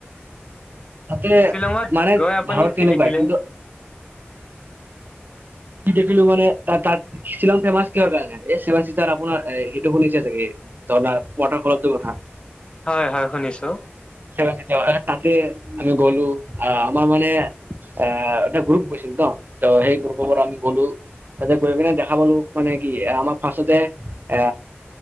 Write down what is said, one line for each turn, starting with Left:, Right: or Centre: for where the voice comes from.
Right: তাতে
Left: শ্বিলঙত
Right: মানে
Left: গৈ আপুনি
Right: ধৰক
Left: কি
Right: তেনেকুৱাই
Left: দেখিলে
Right: কিন্তু কি দেখিলো মানে তাত তাত শ্বিলং ফেমাচ কিহৰ কাৰণে এ চেভেন চিষ্টাৰ আপোনাৰ এইটো শুনিছে চাগে ঝৰ্ণা ওৱাটাৰ ফলটোৰ কথা।
Left: হয় হয় শুনিছো
Right: চেভেন চিষ্টাৰ এ তাতে আমি গলো আহ আমাৰ মানে এ এটা গ্ৰুপ গৈছিলো ন ত সেই গ্ৰুপৰ পৰা আমি গলো তাতে গৈ কিনে দেখা পালো মানে কি আমাৰ ফাৰ্ষ্টতে এ